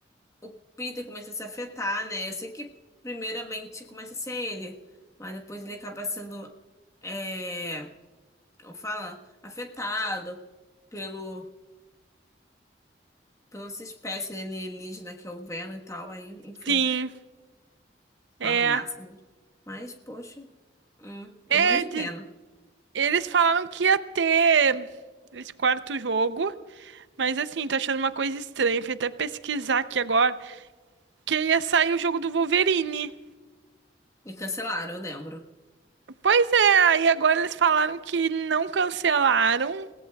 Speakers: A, on the left; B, on the right.
A: o Peter começa a se afetar, né? Eu sei que primeiramente começa a ser ele, mas depois ele acaba sendo, é, como fala, afetado pelo Pela essa espécie alienígena que eu vendo e tal, aí, enfim,
B: Sim, é.
A: uma massa. né? Mas, poxa, hum, eu
B: É,
A: morri de
B: de-
A: pena.
B: eles falaram que ia ter esse quarto jogo, mas assim, tô achando uma coisa estranha. Fui até pesquisar aqui agora, que ia sair o jogo do Wolverine.
A: Me cancelaram, eu lembro.
B: Pois é, aí agora eles falaram que não cancelaram,